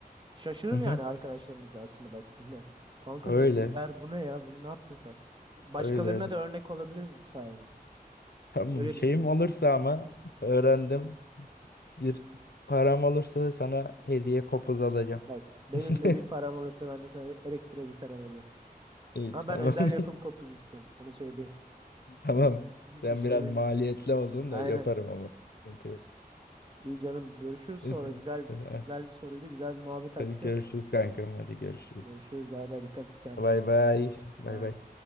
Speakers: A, on the right; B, on the left.
A: şaşırır
B: hı hı.
A: yani arkadaşlarımız da aslında baktığında. Kanka
B: Öyle,
A: ne der bu ne ya? Bunu ne yaptın sen? Başkalarına
B: öyle öyle.
A: da örnek olabiliriz bu sayede.
B: Tamam
A: Öyle
B: şeyim
A: düşünüyorum.
B: olursa ama
A: Hı.
B: öğrendim. Bir param olursa sana hediye kopuz alacağım.
A: Bak benim
B: <laughs>
A: de bir param olursa ben de sana bir elektro gitar alacağım.
B: İyi
A: Ama
B: tamam.
A: ben özel
B: <laughs>
A: yapım kopuz istiyorum. Onu söyleyeyim.
B: Tamam.
A: Hı,
B: Sen
A: İşlemeli.
B: biraz maliyetli oldun
A: Aynen.
B: da yaparım ama. Sıkıntı yok.
A: İyi canım. Görüşürüz sonra.
B: <laughs>
A: Güzel güzel bir soruydu. Güzel bir muhabbet aktı.
B: Hadi görüşürüz kankam. Hadi görüşürüz.
A: Görüşürüz. Bay bay. Dikkat et kendine.
B: Bay bay. Bay
A: Bay.
B: bay.